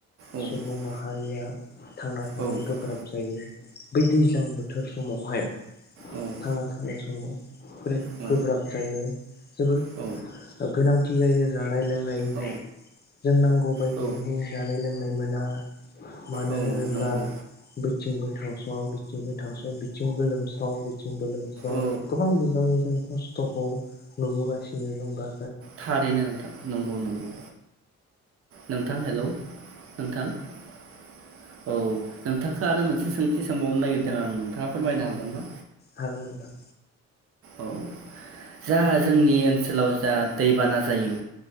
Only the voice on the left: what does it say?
सुबुं माहारिया थांना थानो
गोब्राब जायो बै दैज्लां बोथोर समावहाय
थांना थानाय समाव बिराद
गोब्राब जायो जोबोर
ओ गोनां <unintelligible> जानाय लोंनाय
जों नांगौ बायदिहै
नाय मोना मानो
होनोब्ला
बोथिं बो थांस' बिथिंबो थांस' बिथिंबो लोमसाव बिथिंबो लोमसाव
गोबां बिबांनि जों ख स्थ'खौ नुबोगासिनो दं दा
हागोन नोंथां